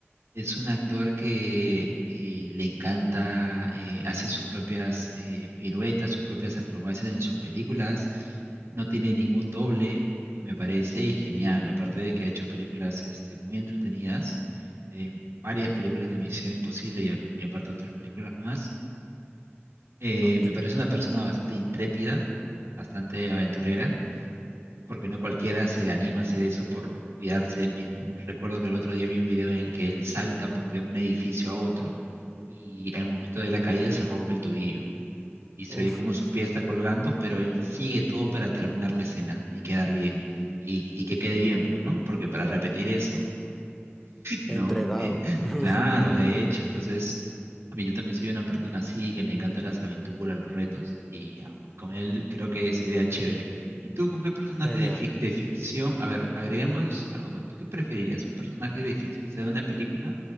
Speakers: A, on the right; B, in the centre.
A: Es un actor que eh, le encanta, eh, hace sus propias eh, piruetas, sus propias acrobacias en sus películas, no tiene ningún doble y me parece genial, aparte de que ha hecho películas este, muy entretenidas, eh, varias películas de Misión Imposible y, a- y aparte otras películas más. Eh,
B: Ok,
A: me parece una persona bastante intrépida, bastante aventurera porque no cualquiera se anima a hacer eso por cuidarse él mismo. Recuerdo que el otro día vi un video en el que él salta por- de un edificio a otro y al momento de la caída se rompe el tobillo y se
B: uf,
A: ve como su pie está colgando, pero él sigue todo para terminar la escena y quedar bien y, y que quede bien, pues, ¿no? Porque para repetir eso no,
B: entregado.
A: eh,
B: <laughs>
A: claro, de hecho, entonces, a mí yo también soy una persona así, que le encantan las aventuras, los retos, y ya, pues, con él creo que sería chévere. ¿Y tú con qué personaje
B: Genial.
A: de, fic- de ficción? A ver, agreguemos algo más. ¿Tú qué preferirías? ¿Un personaje de ficción quizá de una película